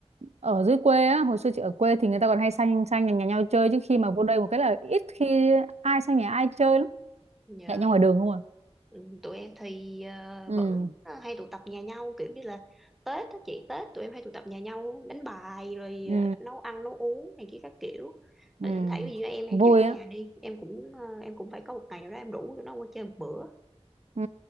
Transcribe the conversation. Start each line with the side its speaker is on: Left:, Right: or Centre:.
Right: ở dưới quê á hồi xưa chị ở quê thì người ta còn hay sang sang nhà, nhà nhau chơi chứ khi mà vô đây một cái là ít khi ai sang nhà ai chơi lắm
Centre: nhờ
Right: hẹn nhau ngoài đường không à
Centre: Ừ, tụi em thì ờ,
Right: ừ
Centre: vẫn ờ, hay tụ tập nhà nhau kiểu như là Tết đó chị Tết tụi em hay tụ tập nhà nhau đánh bài rồi
Right: ừ
Centre: ờ, nấu ăn nấu uống này kia các kiểu
Right: ừ
Centre: rồi thỉnh thoảng ví dụ em em
Right: vui
Centre: chuyển nhà
Right: á
Centre: đi em cũng ờ, em cũng phải có một ngày nào đó em rủ tụi nó qua chơi một bữa
Right: ừ